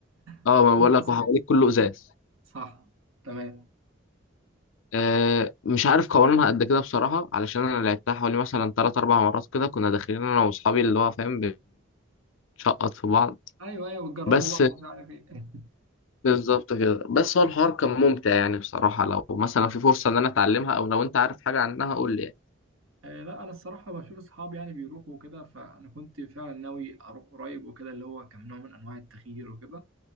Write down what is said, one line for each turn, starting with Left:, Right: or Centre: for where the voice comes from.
Right: <laughs>
Left: اه ما بقول
Right: كله
Left: لك
Right: زي
Left: وحواليك كله ازاز
Right: صح تمام
Left: آه مش عارف قوانينها قد كده بصراحة علشان انا لعبتها حوالي مثلا تلات اربع مرات كده كنا داخلين انا واصحابي اللي هو فاهم بنشقط في بعض
Right: ايوه ايوه بتجربوا
Left: بس
Right: بقى ومش عارف ايه <laughs>
Left: بالظبط كده بس هو الحوار كان ممتع يعني بصراحة لو مثلا في فرصة ان انا اتعلمها او لو انت عارف حاجة عنها قول لي يعني
Right: آه، لا انا الصراحه بشوف اصحابي يعني بيروحوا وكده فانا كنت فعلا ناوي اروح قريب وكده اللي هو كان نوع من انواع التغيير وكده